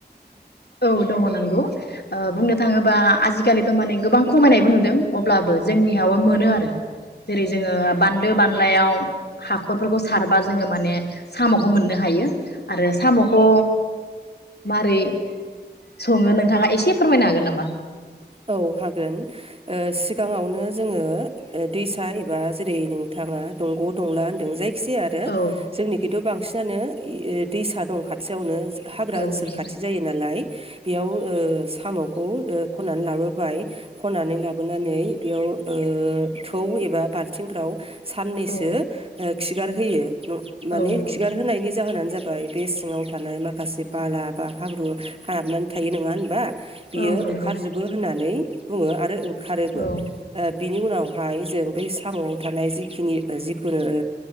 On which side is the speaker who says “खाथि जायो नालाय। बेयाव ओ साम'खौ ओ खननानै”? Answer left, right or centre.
Right